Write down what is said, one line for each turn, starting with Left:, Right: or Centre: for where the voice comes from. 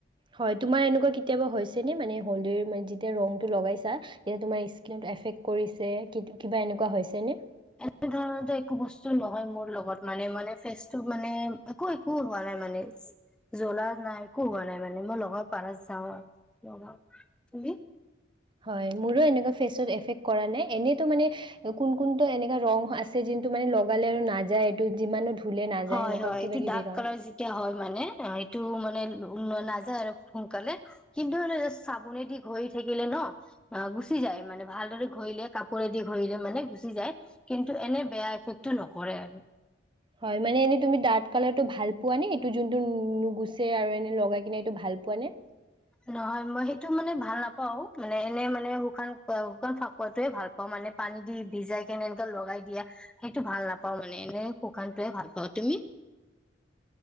Right: হয় তোমাৰ এনেকুৱা কেতিয়াবা হৈছেনে মানে হোলীৰ‌ মানে যেতিয়া ৰংটো লগাইছা যেতিয়া তোমাৰ স্কিনত এফেক্ট কৰিছে কিবা এনেকুৱা হৈছেনে
Centre: এনে ধৰণো একো বস্তু নহয় মোৰ লগত মানে মানে ফেচটো মানে একো একো হোৱা নাই মানে জলা নাই একো হোৱা নাই মানে মই লগৰ পাৰত যাও আৰু লগ
Right: হয় মোৰো এনেকুৱা ফেচত এফেক কৰা নাই এনেইতো মানে কোন কোনটো এনেককা ৰং আছে যোনটো মানে লগালে আৰু নাযায় এইটো যিমানো ধুলে নাযায়
Centre: হয়
Right: সেনেকুৱা
Centre: হয়
Right: কিবা
Centre: এইটো
Right: কিবি
Centre: ডাৰ্ক
Right: ৰং।
Centre: কালাৰ যেতিয়া হয় মানে টো মানে নাযায় আৰু সোনকালে কিন্তু চাবোনেদি ঘৰি থাকিলে ন গুচি যায় মানে ভালদৰে ঘৰিলে কাপোৰেদি ঘৰিলে মানে গুচি যায় কিন্তু এনে বেয়া এফেক্টটো নকৰে আৰু
Right: হয়, মানে এনেই তুমি ডাৰ্ক কালাৰটো ভাল পোৱা নে এইটো যোনটো নুগুচছে আৰু এনে লগাই কি এইটো ভাল পোৱা নে
Centre: নহয় মই সেইটো মানে ভাল নাপাও মানে এনে মানে শুকান শুকান ফাকুৱোৱাটোয়ে ভাল পাওঁ মানে পানী দি ভিজাই কেনে এনেকে লগাই দিয়া সেইটো ভাল নাপাও মানে এনে শুকানটোয়ে ভাল পাওঁ তুমি